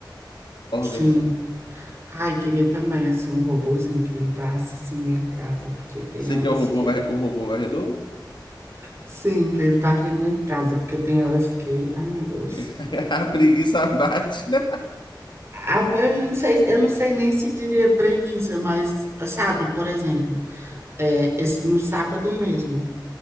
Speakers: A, on the left; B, on the right.
A: organizado.
B: sim. Ai, queria também assim um robozinho que limpasse assim, minha casa, porque tem
A: Você
B: horas
A: quer o robô,
B: que.
A: varre- o robô varredor?
B: Sim, ele varre minha casa, porque tem horas que. Ai, meu Deus.
A: <laughs> A preguiça bate, né?
B: Ah, Eu não sei, eu não sei nem se diria preguiça, mas sabe, por exemplo, é, esse- no sábado mesmo.